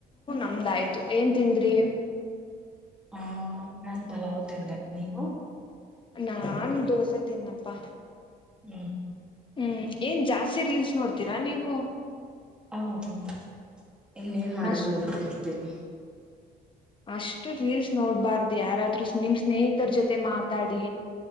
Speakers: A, on the left (about 30°); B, in the centre.
A: ಹಂದಾಯ್ತು ಏನ್ ತಿಂದ್ರಿ
B: ಹ ನನ್ ಪಲಾವ್ ತಿಂದೆ ನೀವು
A: ನಾನ್ ದೋಸೆ ತಿನ್ನಪ್ಪಾ
B: ಹು
A: ಹ್ಮ್ ಏನ್ ಜಾಸ್ತಿ ರೀಲ್ಸ್ ನೋಡ್ತೀರಾ ನೀವು
B: ಹೌದು ಇನ್ನೇನ್ ಮಾಡೋದು
A: ಅಷ್ಟ
B: ಒಬ್ಬ್ದೇ ಇರ್ತೇನಿ
A: ಅಷ್ಟು ರೀಲ್ಸ್ ನೋಡ್ಬಾರ್ದು ಯಾರಾದ್ರರು ನಿಮ್ ಸ್ನೇಹಿತರ ಜೊತೆ ಮಾತಾಡಿ